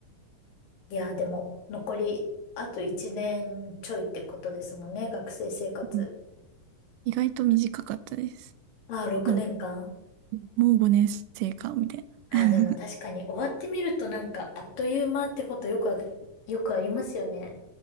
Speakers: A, on the left (about 80°); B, on the right (about 80°).
A: いや、でも、残り、あと1年ちょいってことですもんね、学生生活。
B: ん意外と短かったです。
A: ああ、6年間。
B: なんか、もう5年生か、みたいな。
A: ああ、
B: <laughs>
A: でも確かに終わってみるとなんか、あっという間ってことよくあ、よくありますよね。